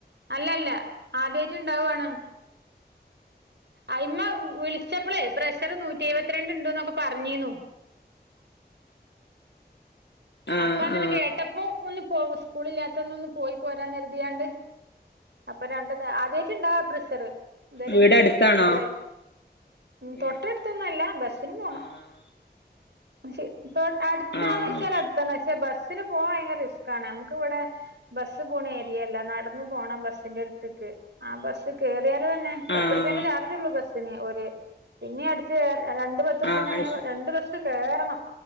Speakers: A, on the right; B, on the left.
A: അല്ലല്ല ആദ്യ ഉണ്ടാവാണ് ആ ഉമ്മ വിളിച്ചപ്പളേ ഷറ് നൂറ്റി
B: ആ
A: എഴുപത്തി രണ്ട് പറഞ്ഞീന്നു
B: ആ
A: അപ്പ അങ്ങനെ
B: ആ
A: കേട്ടപ്പോ ഒന്ന് പോ സ്കൂളില്ലാത്ത ഒന്ന് ഒന്ന പോയി പോരാന്ന് കരുതിണ്ട് അപ്പൊ രണ്ടത് ആദ്യമായിട്ട ഇണ്ടാവ ചെറ ഇതവരെൊന്നും
B: വീട്
A: ഇല്ലന്ന
B: അടുത്താണോ
A: ഗുളികായി ഉ തൊട്ടടുത്തൊന്നുംല്ല
B: ഏ
A: ബസിന് പോണം
B: ആ
A: മ അടുത്താണ
B: ആഹ്
A: വെച്ചാൽ അടു ബസ്സില് പോകാൻ ബയങ്കര റിസ്കാണ് നമ്മക്ക് ഇവിടെ ബസ് പോകുന്ന ഏരിയ അല്ല നടന്ന് പോണം ബസിന്റെ അട്ത്ത്ക്ക് അ ബസ് കേറിയ തന്നെ പത്ത്ർപേന്റെ
B: ആഹ്
A: ചാർജ് ഉള്ളൂ ബസ് ന്നെ ഒരു പിന്നെ അടുത്ത് രണ്ട് പത്ത്ർപ്യന
B: ആഹ് അത്
A: അങ്ങനെ
B: ശരി
A: രണ്ണ്ട് വർഷം കേറണം